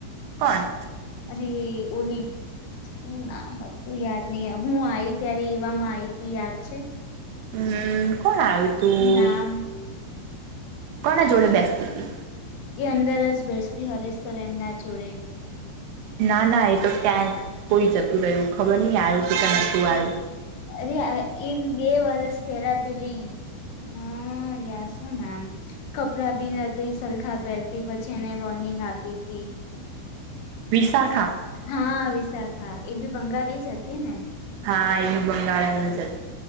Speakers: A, on the right (about 75°); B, on the left (about 75°).
A: કોણ?
B: અરે! ઓલી હું નામ હતું યાદ નહીં હું આઈ ત્યારે એવામાં આઈ તી યાદ છે?
A: હમ કોણ તું
B: નામ
A: કોના જોડે બેસતી તી?
B: એ અંદર જ બેસતી હરેશ સર એમના જોડે.
A: ના ના એ તો ક્યાંક કોઈ જતું રહ્યું ખબર નહીં આયુ તું કે નતું આયુ.
B: અરે આ એક બે વર્ષ પેલા પેલી હ યાર શું નામ કપડાં બી નથી સરખા પહેરતી પછી એને વોર્નિંગ આપી તી
A: વિશાખા
B: હ વિશાખા એ બી બંગાળી જ હતી ને
A: હા એ બી બંગાળને જ હતી.